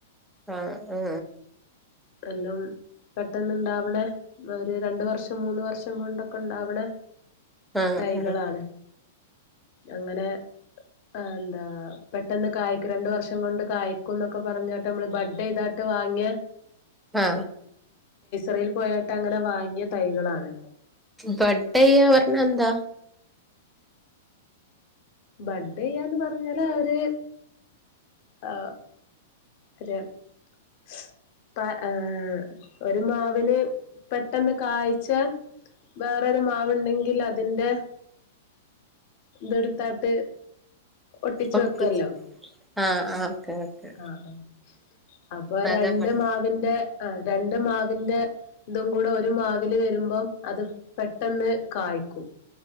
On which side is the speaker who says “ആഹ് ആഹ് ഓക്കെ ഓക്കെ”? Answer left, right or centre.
Centre